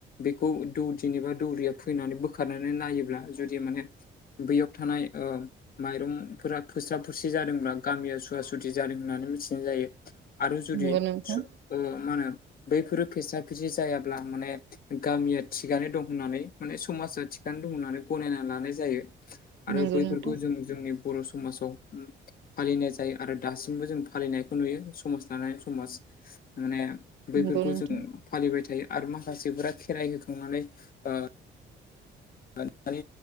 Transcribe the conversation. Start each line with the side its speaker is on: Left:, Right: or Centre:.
Left: बेखौ दौदिनि बा दौरिया फैनानै बोखारनानै नायोब्ला जुदि माने बैयाव थानाय ओ माइरंफोरा फोस्राब सि जादोंब्ला गामिया सुवा सुथि जादों होननानै मिथिं जायो आरो जुदि
Right: नंगौ नोंथां
Left: सु ओ मा होनो बैफोरो फेसा फिसि जायाब्ला माने गामिया थिगानो दं होननानै माने समाजा थिगानो दं होननानै गनायना लानाय जायो। आरो
Right: नंगौ
Left: बैफोरखौ
Right: नोंथां
Left: जों जोंनि बर' समाजाव फालिनाय जायो आरो दासिमबो जों फालिनायखौ नुयो समाज लानानै समाज माने बैफोरखौ
Right: नंगौ नोंथां
Left: जों फालिबाय थायो आरो माखासेफोरा खेराइ होखांनानै ओ <unintelligible> दानि